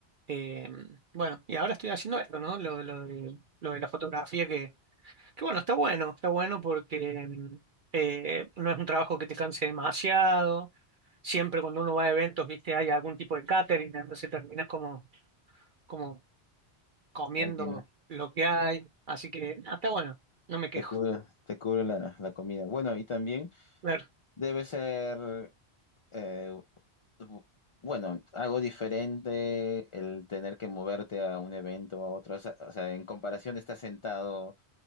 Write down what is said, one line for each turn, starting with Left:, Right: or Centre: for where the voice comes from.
Right: Eh, bueno, y ahora estoy haciendo esto, ¿no? Lo, lo de, lo de la fotografía, que, que bueno, está bueno, está bueno porque mm, eh, no es un trabajo que te canse demasiado. Siempre cuando uno va a eventos, viste, hay algún tipo de catering, entonces terminas como, como comiendo
Left: Ahí tienes,
Right: lo que hay. Así que ah, está bueno, no me quejo.
Left: te cubre, te cubre la, la comida. Bueno, y también
Right: Claro,
Left: debe ser, eh, bu- Bueno, algo diferente el tener que moverte a un evento, a otro. O sea, o sea, en comparación de estar sentado